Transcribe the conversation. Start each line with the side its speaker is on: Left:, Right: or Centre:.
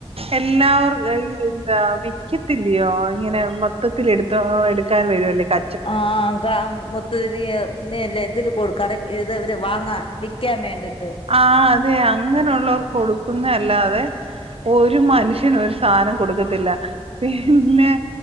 Right: എല്ലാവർ ഈ എന്താ വിക്കത്തില്ലയോ ഇങ്ങനെ മൊത്തത്തില് എടുത്ത്. ത്തോ എടുക്കാൻ വരുംല്ലേ ക
Left: ആഹ് കാ മൊത്തത്തില് ഇതില്കൊടു കടക്ക് ഇതെവര് വാങ്ങ വിക്ക. വ്ക്കാൻ വേണ്ടിട്ട്,
Right: ആഹ് അതെ അങ്ങനെള്ളോർക്ക് കൊടുക്കുന്നല്ലാതെ. ഒരു മനുഷ്യന് ഒരു സാനം കൊടുക്കത്തില്ല പിന്നെ.